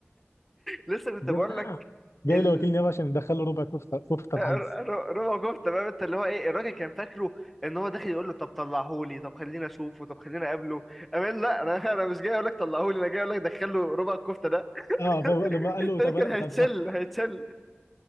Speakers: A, in the centre; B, on the left.
A: لسه كنت
B: جاب
A: بقول لك
B: جاي
A: ال
B: له وكيل نيابه عشان يدخله ربع كفته كفته الحجز
A: آه، ر- ر- ربع كفته بقى انت اللي هو ايه الراجل كان فاكره ان هو داخل يقول له طب طلعهولي طب خلينا اشوفه طب خلينا اقابله امان لا انا <laughs> انا مش جاي اقول لك طلعهولي انا جاي اقول لك دخله ربع الكفته ده
B: اه فلما
A: <laughs>
B: قال
A: التاني
B: له طب
A: كان
B: انا
A: هيتشل
B: طب ده
A: هيتشل